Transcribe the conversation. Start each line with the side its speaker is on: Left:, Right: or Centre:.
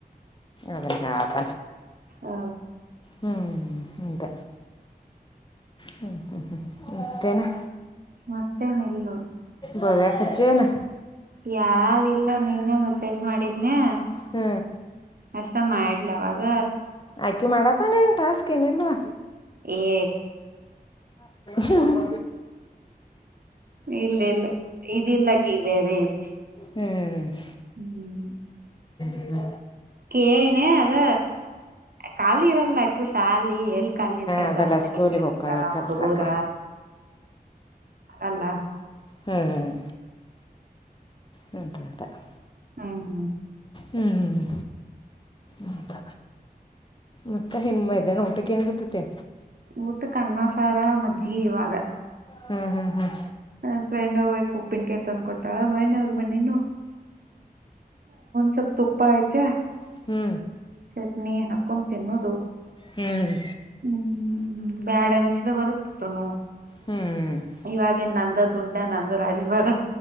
Left: ಅದ್ರೆ ಹ ಆತ
Right: ಹ
Left: ಹ್ಮ್ ಹಂತ ಹ್ಮ್ ಹ್ಮ್ ಹ್ಮ್ ಮತ್ತೇನಾ
Right: ಮತ್ತೇನ್ ಇಲ್ಲ
Left: ಬವ್ಯಾಖರ್ಚನ
Right: ಯಾರಿಲ್ಲ ನಿನ್ನ ಮೆಸೇಜ್ ಮಾಡಿದ್ನಿ
Left: ಹ್ಮ್
Right: ಹಸ ಮಾಡಡ್ಲವಾಗ
Left: ಆಕಿ ಮಾಡತಾನೇ ನ್ ಟಾಸ್ಕ್ ಏನಲ್ವಾ
Right: ಏ
Left: ಹ್ಮ್ ಹ್ಮ
Right: ಇಲ್ಲ ಇಲ್ಲ ಇದ ಇಲ್ಲಕ್ಕಿ ಬೇರೆ ಐತಿ
Left: ಹ್ಞ <unintelligible>
Right: ಹ್ಮ್
Left: ಹ್ಮ
Right: ಕೇಳ್ನ ಅದ ಖಾಲಿ ಇರಲ್ಲ ಅಕ್ಕ ಸಾಲಿ ಎಲ್ಲಿ ಖಾಲಿ ಇರ್ತ
Left: ಅದೆಲ್ಲ
Right: ಬಂದ ಮನಗ್
Left: ಸ್ಕೂಲಿಗೆ
Right: ಕೆಲ್ಸ
Left: ಹೋಗ್ತಾಳೆ ಕಲ್ಸಕ್ಕೆ
Right: ಹುಡುಗೋರ ಅಲ್ಲ
Left: ಹ್ಮ್ ಹ್ಮ ಅಂತೆ ಅ
Right: ಹ್ಮ್ ಹ್ಮ್
Left: ಹ್ಮ್ ಹದ ಮತ್ತೆ ಹೆನ್ಮ್ಮ ಇದಾನ ಊಟಕ್ಕೆ ಏನ ಇರ್ತೆತಿ
Right: ಊಟಕ್ಕ ಅಣ್ಣ ಸಾರ ಮಜ್ಜಿ ಇವಾಗ
Left: ಹ್ಮ್ ಹ್ಮ್ ಹ್ಮ್
Right: ಹ ಫ್ರೆಂಡ್ ಹ್ಕ್ ಉಪ್ಪಿನ ಕಾಯಿ ತಂದ್ ಕೊಟ್ಟಳ ಮಣ್ಣವ್ರರು ಮನೆನೊ ಸ ತು <unintelligible> ಪೈತ
Left: ಹ್ಞೂ
Right: ಸರಿ ನೀ ಹಾಕೊಂಡ ತಿನ್ನೋದು
Left: ಹ್ಮ್
Right: ಹ್ಮ್ ಬ್ಯಾಡ ಅನ್ಸಿದ ಹೊರತ್ತತ್ತುನು
Left: ಹ್ಞೂ ಹ್ಞೂ
Right: ಇವಾಗೇನ್ ನಮ ದುಡ್ಡ ನಂದ ರಾಜಭಾರ